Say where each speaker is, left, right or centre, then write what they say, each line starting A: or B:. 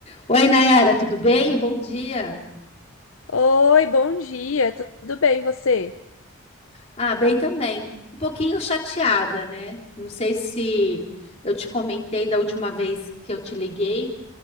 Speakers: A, on the left; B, on the left.
A: Oi, Nayara, tudo bem? Bom dia.
B: Oi, bom dia, tudo bem você?
A: Ah, bem também. Um pouquinho chateada, né? Não sei se eu te comentei da última vez que eu te liguei.